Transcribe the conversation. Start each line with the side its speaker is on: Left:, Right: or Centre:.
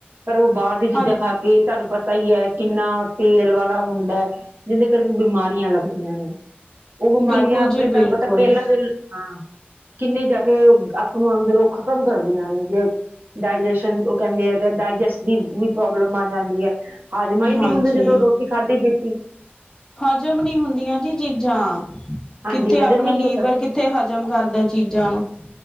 Right: ਪਰ ਉਹ ਬਾਰ ਦੀਆਂ ਚੀਜ਼ਾਂ
Left: ਹਾਂ
Right: ਖਾ ਕੇ, ਤਾਨੂੰ ਪਤ ਤਾ ਈ ਐ ਕਿੰਨਾ ਤੇਲ ਵਾਲਾ ਹੁੰਦੈ, ਜਿਹਦੇ ਕਾਰਨ ਬਿਮਾਰੀਆਂ ਲਗਦੀਆ ਨੇ। ਉਹ ਬਿਮਾਰੀਆਂ
Left: ਬਿਲਕੁਲ
Right: ਆਪਣੇ
Left: ਜੀ
Right: ਤਾਨੂੰ
Left: ਬਿਲਕੁਲ
Right: ਪਤਾ ਪਹਿਲਾਂ ਵੀ--ਹਾਂ। ਕਿੰਨੇ ਜਾ ਕੇ ਓ ਆਪ ਨੂੰ ਅੰਦਰੋ ਖ਼ਤਮ ਕਰਦੀਆਂ ਨੇ ਜੇ ਡਾਇਜੈਸ਼ਨ ਕੇਦੇ ਐ ਡ ਡਾਇਜੈਸਟ ਦੀ ਵੀ ਪ੍ਰੋਬਲਮ ਆ ਜਾਂਦੀ ਐ। ਹਾਜ਼ਮਾ ਈ ਨੀ
Left: ਹਾਂਜੀ
Right: ਹੁੰਦਾ ਜਦੋ ਰੋਟੀ ਖਾਧੀ ਪੀਤੀ।
Left: ਹਜ਼ਮ ਨੀ ਹੁੰਦੀਆਂ ਜੀ ਚੀਜ਼ਾਂ।
Right: ਹਾਂਜੀ
Left: ਕਿੱਥੇ
Right: ਹਜ਼ਮ
Left: ਆਪਣਾ
Right: ਹੀ
Left: ਲੀਵਰ
Right: ਨਹੀਂ ਹੁੰਦਾ
Left: ਕਿੱਥੇ ਹਜ਼ਮ ਕਰਦਾ ਚੀਜ਼ਾਂ ਨੂੰ।